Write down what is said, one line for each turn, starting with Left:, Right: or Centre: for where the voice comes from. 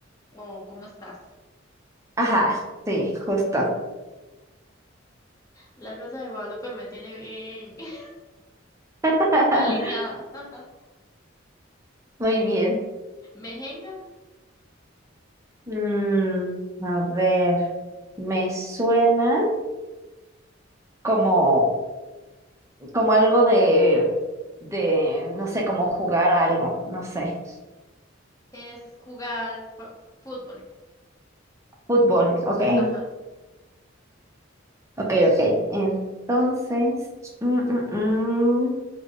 Left: O ¿cómo estás?
Right: Ajá, sí, justo.
Left: La Rosa de Guadalupe me tiene bien <laughs>
Right: <laughs>
Left: alineada. <laughs>
Right: Muy bien.
Left: Mejenga
Right: Mm, a ver, me suena como, como algo de, de, no sé, como jugar a algo, no sé.
Left: es jugar pa- fútbol.
Right: Fútbol, ok,
Left: Ajá.
Right: ok, ok. Entonces, mm, mm, mm,